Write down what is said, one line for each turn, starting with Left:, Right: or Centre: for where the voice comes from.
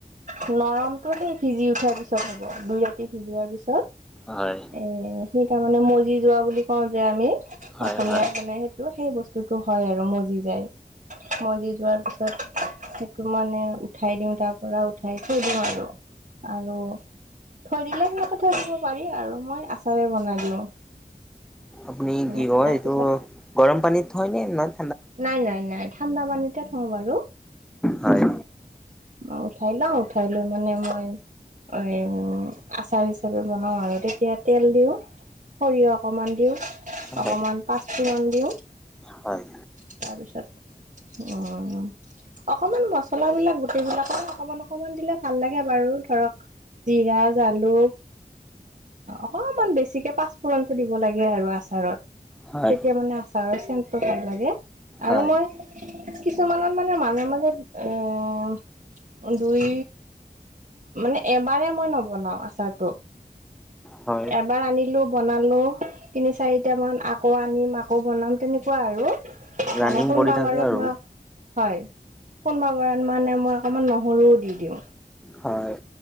Right: নৰমতটো সেই সিজি উঠাৰ পিছত হ'ব দুই ৰাতি সিজোৱাৰ পিছত।
Centre: হয়।
Right: এ সেই তাৰমানে মজি যোৱা বুলি কওঁ যে আমি অসমীয়া
Centre: হয়, হয়।
Right: মানে ত সেই বস্তুটো হয় আৰু মজি যায়। মজি যোৱাৰ পিছত সেইটো মানে উঠাই দিওঁ তাৰ পৰা। উঠাই থৈ দিওঁ আৰু আৰু থৈ দিলে সেনেকে থৈ দিব পাৰি আৰু মই আচাৰে বনাই দিওঁ।
Centre: আপুনি
Right: সেনেকে
Centre: কি কয়
Right: তাৰপিছত
Centre: এইটো গৰম পানীত থয় নে না-
Right: নাই নাই নাই ঠাণ্ডা পানীতে থওঁ বাৰু।
Centre: হয়,
Right: মই উঠাই লওঁ উঠাই লৈ মানে মই এই আচাৰ হিচাপে বনাওঁ আৰু তেতিয়া তেল দিওঁ। সৰিয়হ অকণমান দিওঁ
Centre: হয়,
Right: অকণমান পাঁচফুৰণ দিওঁ।
Centre: হয়,
Right: তাৰপিছত উ অকমান মচলাবিলাক গোটেইবিলাকে অকমান অকমান দিলে ভাল লাগে বাৰু ধৰক জিৰা, জালুক অকনমান বেছিকে পাঁচফুৰণটো দিব লাগে আৰু আচাৰত
Centre: হয়,
Right: তেতিয়া মানে আচাৰৰ চেনটো ভাল লাগে। আৰু
Centre: হয়,
Right: মই কিছুমানত মানে মাজে মাজে এ দুই মানে এবাৰে মই নবনাও আচাৰটো।
Centre: হয়,
Right: এবাৰ আনিলো বনালো তিনি চাৰিটামান আকৌ আনিম আকৌ বনাম তেনেকুৱা আৰু।
Centre: ৰানিং
Right: মানে কোনবা
Centre: কৰি থাকে
Right: বাৰত
Centre: আৰু।
Right: মই হয় কোনবা মৰাণ মানে মই অকমান নহৰুও দি দিওঁ।
Centre: হয়।